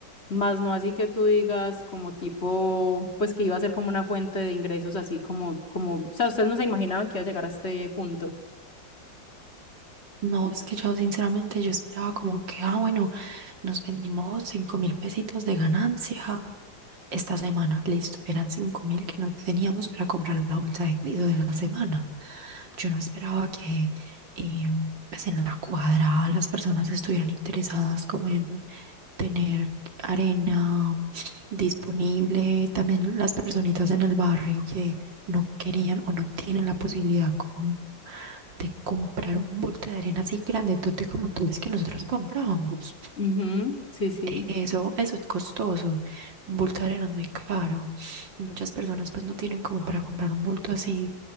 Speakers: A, on the left; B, on the right.
A: más no así que tú digas como tipo, pues que iba a ser como una fuente de ingresos así como, como, o sea, ustedes no se imaginaban que iba a llegar a este punto.
B: No, es que yo sinceramente yo esperaba como que, ah, bueno, nos vendimos cinco mil pesitos de ganancia esta semana. Listo, eran cinco mil que no teníamos para comprar la bolsa de cuido de la semana. Yo no esperaba que eh, pues en la cuadra las personas estuvieran interesadas como en tener arena disponible, también las personitas en el barrio que no querían o no tienen la posibilidad como de comprar un bulto de arena así grandotote como tú ves que nosotros comprábamos.
A: Ujú, sí, sí.
B: Eso, eso es costoso. Un bulto de arena es muy caro. Muchas personas pues no tienen como para comprar un bulto así